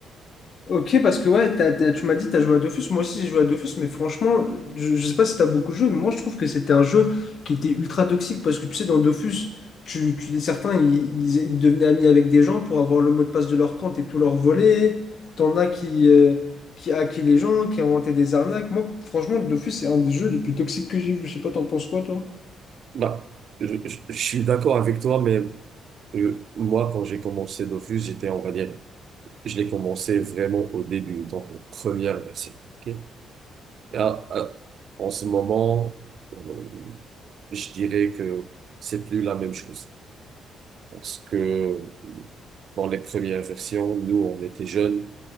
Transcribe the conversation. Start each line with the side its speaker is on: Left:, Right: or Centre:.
Left: Ok, parce que ouais, t'as- t'as- tu m'as dit que tu as joué à Dofus. Moi aussi, j'ai joué à Dofus, mais franchement, je, je sais pas si tu as beaucoup joué, mais moi, je trouve que c'était un jeu qui était ultra toxique parce que tu sais, dans Dofus, tu, tu, certains, ils, ils- ils devenaient amis avec des gens pour avoir le mot de passe de leur compte et tout leur voler. T'en as qui, euh, qui hackaient les gens, qui inventaient des arnaques. Moi, franchement, Dofus, c'est un des jeux les plus toxiques que j'ai vu. Je sais pas, t'en penses quoi, toi?
Right: Bah, je, je- je suis d'accord avec toi, mais Euh, moi, quand j'ai commencé Dofus, j'étais, on va dire, je l'ai commencé vraiment au début, donc la première version. ok Et à- à- en ce moment, euh, je dirais que c'est plus la même chose. Parce que dans les premières versions, nous, on était jeunes,